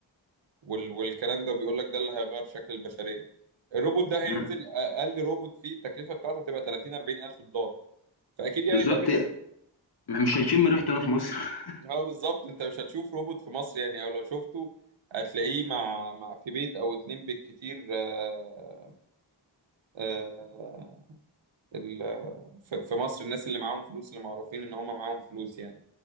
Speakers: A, on the right; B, on the left.
A: وال... والكلام ده وبيقول لك ده اللي هيغير شكل البشرية الروبوت ده هينزل
B: مم.
A: أقل روبوت فيه التكلفة بتاعته هتبقى 30 40 ألف دولار فأكيد يعني
B: بالظبط
A: ده مش
B: ما- مش هنشم ريحته هنا في مصر <laughs>
A: هو بالظبط أنت مش هتشوف روبوت في مصر يعني أو لو شفته هتلاقيه مع, مع في بيت أو اتنين بالكتير آه، آه، آه، ال- في في مصر الناس اللي معاهم فلوس اللي معروفين إن هم معاهم فلوس يعني